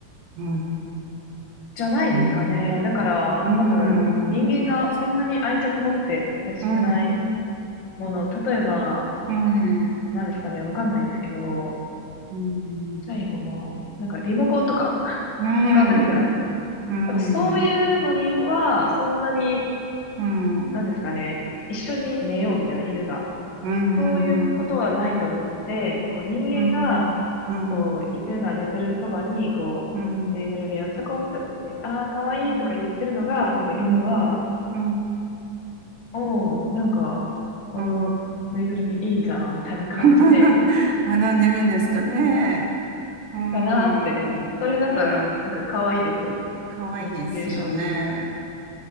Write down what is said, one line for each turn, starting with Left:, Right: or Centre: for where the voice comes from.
Right: うーん、
Left: じゃないですかね。
Right: うーん、
Left: だから、
Right: うーん、
Left: 多分、人間がそんなに愛着持って接してない
Right: うーん、う
Left: もの、例えば、
Right: ーん、
Left: 何ですかね、わかんないですけど、
Right: うー
Left: ちっちゃいもの、
Right: ん、
Left: なんかリモコンとか <laughs>
Right: うーん、
Left: 使うだけじゃないですか。
Right: うーん、
Left: 多分そういうのには、
Right: う
Left: そんなに
Right: ーん、
Left: なんですかね、一緒に寝ようみたいな犬が。
Right: うーん、
Left: そういうことはないと思ってて、
Right: うー
Left: こう人間が、
Right: ん、うーん、
Left: こう犬が寝てるそばに、こう、
Right: うーん、
Left: ぬいぐるみをちょこんって置いて、ああ、かわいいとか言ってるのが、
Right: うー
Left: 多分犬は、
Right: ん、うーん、うーん、うーん、
Left: おお、なんか、このぬいぐるみいいじゃん、
Right: うーん
Left: みたいな感じで、
Right: <laughs> 学んでるんですかね。うーん。
Left: かなーって。それだったら、
Right: うん。
Left: なんかかわいいですよね。
Right: かわいいですよね。
Left: このシチュエーション。